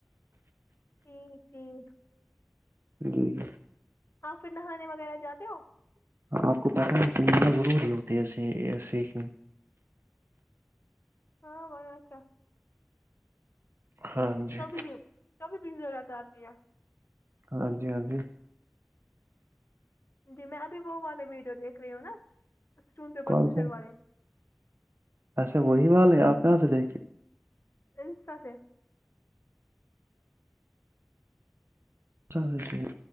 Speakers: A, on the left; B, on the right.
A: ٹھیک ٹھیک
B: جی جی
A: آپ پھر نہانے وغیرہ جاتے ہو
B: آپ کو پیٹرن ملنا ضروری ہوتی ہے ایے سیکھ میں
A: ہاں بکا
B: ہاں جی
A: کبھی بھی کبھی بھی ضرورت آتی ہے
B: ہاں جی ہاں جی
A: جی میں ابھی وہ والے ویڈیو دیکھ رہی ہوں نا اسٹون پروسیر
B: کون سی
A: والے
B: اچھا وہی وال ہے آپ کہاں سے دیکھے
A: انس کا سے
B: چی ٹھیک